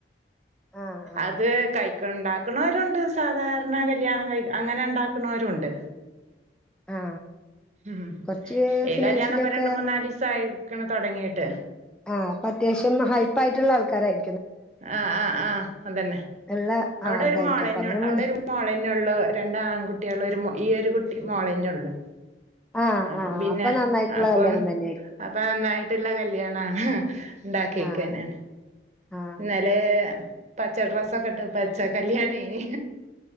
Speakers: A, in the centre; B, on the right.
A: ആ ആ
B: അത് കൈക്ക് ഉണ്ടാക്കുന്നവരുണ്ട് സാധാരണ കല്യാണം കൈ അങ്ങനെ ഉണ്ടാക്കുന്നലുണ്ട്
A: ആ
B: ഉം
A: കുറച്ച്
B: ഈ
A: ഫിനാൻഷ്യലിയൊക്കെ
B: കല്യാണ പ്പൊ രണ്ട് മൂന്നാല് ദിവസയിക്കണ തുടങ്ങിയിട്ട്
A: ഹ് അപ്പൊ അത്യാശ്യം ഹൈപ്പ് ആയിട്ടുള്ള ആൾക്കാരായി
B: ആഹ് ആഹ് ആഹ് അതന്നെ
A: ഉള്ള ആ
B: അവിടെ
A: അതായിരിക്കും
B: ഒരു മോളന്നെ
A: അപ്പൊ അങ്ങനെ മൂന്ന്
B: അടെ ഒരു മോളേന്നള്ളു രണ്ട ആൺകുട്ടികളും ഒരു ഈയരു കുട്ടി മോളന്നെള്ളു
A: ആ
B: അപ്പം
A: ആ
B: പിന്നെ
A: അപ്പൊ നന്നായിട്ടുള്ള
B: അപ്പം
A: കല്യാണം തന്നെ ആയിരിക്കും
B: അപ്പൊ നന്നായിട്ടുള്ള കല്യാണാണ് ഇ ണ്ടാക്കിക്കണ്
A: ആ ആ
B: ഇന്നലെ പച്ച ഡ്രസ്സൊക്കെ ഇട്ട് പച്ച കല്യാണ എയ്നി